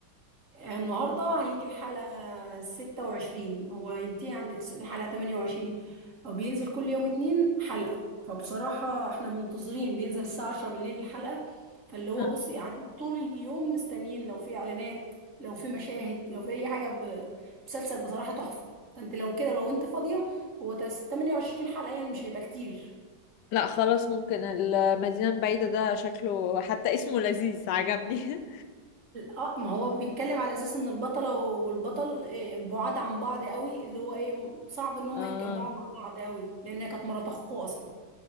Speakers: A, on the right (about 45°); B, on the left (about 70°).
A: النهاردة هيجي الحلقة 26 هو ينتهي عند تس- الحلقة 28 هو بينزل كل يوم اتنين حلقة فبصراحة احنا منتظرين بينزل الساعة 10 بالليل الحلقة فاللي هو
B: آه.
A: بصي قاعدين طول اليوم مستنيين لو في إعلانات لو في مشاهد لو في أي حاجة ب- مسلسل بصراحة تحفة فانت لو كده لو انت فاضية هو تس- 28 حلقة يعني مش هيبقى كتير
B: لا خلاص ممكن المدينه البعيده ده شكله حتى اسمه لذيذ عجبني
A: اه ما هو بيتكلم على اساس ان البطله والبطل آه، بعاد عن بعض قوي اللي هو ايه م- صعب
B: <laughs>
A: ان هم
B: اه
A: يتجمعوا مع بعض قوي لانها كانت مرات اخوه اصلا